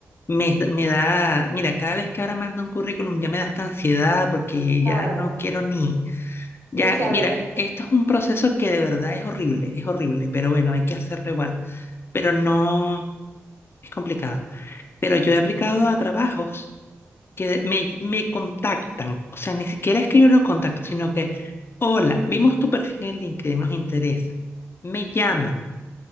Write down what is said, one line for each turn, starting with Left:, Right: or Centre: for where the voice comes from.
Left: Me, me da, mira, cada vez que ahora mando un currículum ya me da esta ansiedad porque
Right: Claro,
Left: ya no quiero ni, Ya,
Right: ni
Left: eh,
Right: saber,
Left: mira, esto es un proceso que de verdad es horrible, es horrible, pero bueno, hay que hacerlo igual. Pero no, es complicado. Pero yo he aplicado a trabajos que me, me contactan, o sea, ni siquiera es que yo los contacto, sino que, hola, vimos tu perfil en LinkedIn, nos interesa. Me llaman,